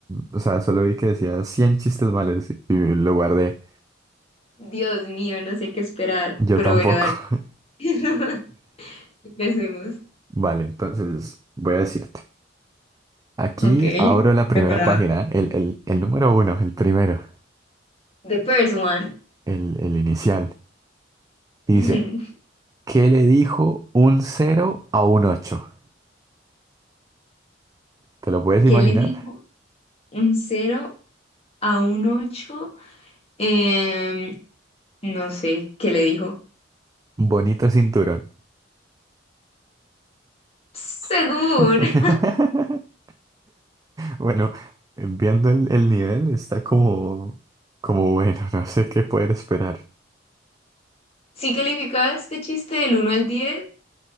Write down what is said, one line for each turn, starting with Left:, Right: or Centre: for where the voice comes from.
Right: o sea, solo vi que decía 100 chistes malos y lo guardé.
Left: Dios mío, no sé qué esperar,
Right: Yo
Left: pero
Right: tampoco.
Left: bueno, dale.
Right: <laughs>
Left: <laughs> Empecemos.
Right: Vale, entonces voy a decirte. Aquí
Left: Ok,
Right: abro la primera
Left: preparada.
Right: página, el, el- el número uno, el primero,
Left: The first one.
Right: el, el inicial. Dice,
Left: <laughs> ¿Qué
Right: ¿qué le dijo un cero a un ocho? ¿Te lo puedes imaginar?
Left: le dijo un cero a un ocho? Em, no sé, ¿qué le dijo?
Right: Bonito cinturón.
Left: Según.
Right: <laughs>
Left: <laughs>
Right: Bueno, viendo el, el nivel, está como, como bueno, <laughs> no sé qué poder esperar.
Left: Si calificaba este chiste del uno al 10